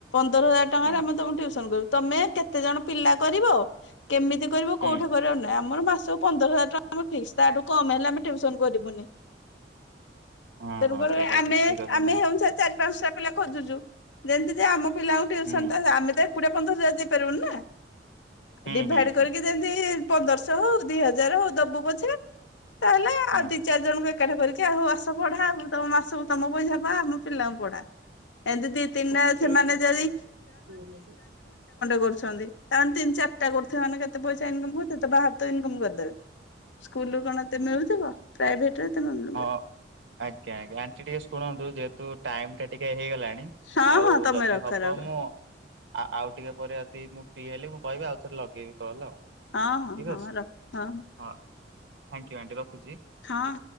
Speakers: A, on the left (about 80°); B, on the right (about 80°).
A: ପନ୍ଦର ହଜାର ଟଙ୍କାରେ
B: ହଁ
A: ଆମେ ତମକୁ ଟ୍ୟୁସନ କରିବୁ ତମେ କେତେ ଜଣ ପିଲା କରିବ? କେମିତି କରିବ
B: ହୁଁ।
A: କୋଉଠି କରିବ ନାହିଁ ଆମର ମାସ ପନ୍ଦର ହଜାର ଟଙ୍କା ଫିକ୍ସ ତାଠୁ କମ ହେଲେ ଆମେ ଟ୍ୟୁସନ କରିବୁନି।
B: ହଁ
A: ତେଣୁକରି
B: ହଁ ସେଇଟା
A: ଆମେ
B: ବି ଠିକ କଥା
A: ଆମେ
B: ନା
A: ସେଇ ଅନୁସାରେ ଚାରି ପାଞ୍ଚଟା ପିଲା ଖୋଜୁଛୁ ଯେମିତି ଆମ ପିଲାଙ୍କୁ ଟ୍ୟୁସନ
B: ହୁଁ
A: ତ ଆମେ ତ ଏକୁଟିଆ ପନ୍ଦର ହଜାର ଦେଇପାରିବୁନିନା
B: ହୁଁ
A: ଡିଭାଇଡ
B: ହୁଁ ହୁଁ
A: କରିକି ଯେମିତି ପନ୍ଦରଶହ ହଉ ଦି ହଜାର ହଉ ଦବୁ ପଛେ ତାହେଲେ
B: ହଁ
A: ଆଉ ଦି ଚାରି ଜଣଙ୍କୁ ଏକାଠି କରିକି ଆଉ ଆସ ପଢା ଆଉ ତମ ମାସକୁ ତମ ପଇସା ବା ଆମ ପିଲାଙ୍କୁ ପଢା। <inaudible> ଘଣ୍ଟା
B: ଓକେ
A: ଘଣ୍ଟେ
B: ହଁ ହଁ
A: କରୁଛନ୍ତି ତାମାନେ ତିନି ଚାରିଟା କରୁ ମାନ କେତେ ପଇସା ଇନକମ ତେ ବା ଇନକମ୍ କରିଦେବେ ସ୍କୁଲୁ କଣ ଏତେ ମିଳୁଥିବ ପ୍ରାଇଭେଟରେ ଏତେ ମିଳୁ
B: ହଁ ଆଜ୍ଞା ଆଜ୍ଞା ଆଣ୍ଟି ଟିକେ ଶୁଣନ୍ତୁ ଯେହେତୁ ଟାଇମଟା ଟିକେ ହେଇଗଲାଣି।
A: ହଁ
B: ଆଉ
A: ହଁ ତମେ
B: ଯଦି
A: ରଖ
B: ହବ
A: ରଖ।
B: ମୁଁ ଆଉ ଆଉ ଟିକେ ପରେ ଯଦି ମୁଁ ଫ୍ରି ହେଲି ମୁଁ କହିବି ଆଉ ଥରେ ଲଗେଇବି କଲ ଆଉ। ଠିକ
A: ହଁ ହଁ ହଁ
B: ଅଛି
A: ରଖ ହଁ
B: ହ ଥାଙ୍କ ୟୁ ଆଣ୍ଟି ରଖୁଚି।
A: ହଁ।